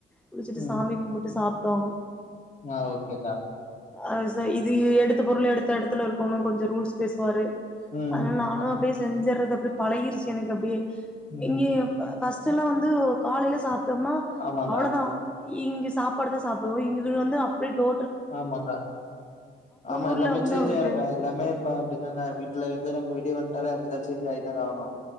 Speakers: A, in the centre; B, on the left.
A: குளிச்சிட்டு
B: ம்.
A: சாமி கும்புட்டு சாப்டோ
B: ஆ ஓகேகா
A: அ ச இது எடுத்த பொருள் எடுத்த எடத்துல இருக்கணு கொஞ்சோ ரூல்ஸ் பேசுவாரு
B: ம்.
A: அனால நானும்
B: ஆ.
A: அப்படியே செஞ்சர்றது அப்படி பழகிருச்சு எனக்கு அப்படியே
B: ம்.
A: இங்க ப பஸ் சுலா வந்து காலையில சாப்ட்டோம்னா
B: ஆமாங்க.
A: அவ்ளோதா இங்க சாப்பாடு தா சாப்டுவோ இங்க இதுல வந்து அப்படியே டோ
B: ஆமாங்க ஆமா
A: ஊர்ல
B: எல்லாமே
A: வந்து
B: சேஞ்ச்
A: அவருட்டு
B: ஆயிருங்க எல்லாமே இப்ப அப்படிதாங்க வீட்டுல ந்து நம்ப வீட்லயே வன்டாவே அப்படிதா செஞ்சு ஆயிட்டாங்க ஆனும்